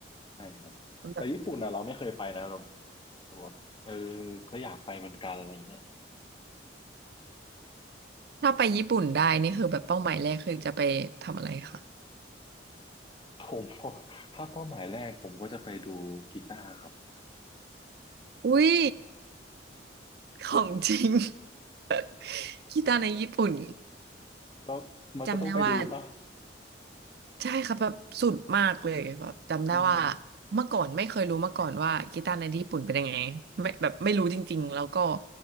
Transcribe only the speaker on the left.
ใช่ครับแต่ญี่ปุ่นอ่ะเราไม่เคยไปนะเรา
แต่แบบเออก็อยากไปเหมือนกันอะไรเงี้ย
ผมก็ถ้าเป้าหมายแรกผมก็จะไปดูกีตาร์ครับ
อืม
ก็มันก็ต้องไปดูป่ะ
อืม